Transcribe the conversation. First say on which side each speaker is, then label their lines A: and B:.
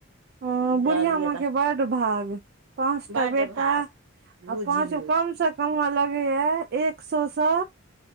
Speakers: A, on the right; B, on the right.
A: ह
B: बुझलियै
A: बुढ़िया माँ के
B: तऽ
A: बड भाग पाँचटा
B: बड्ड
A: बेटा
B: भाग बुझियौ
A: आ पाँच गो कम से लगेया एक सए से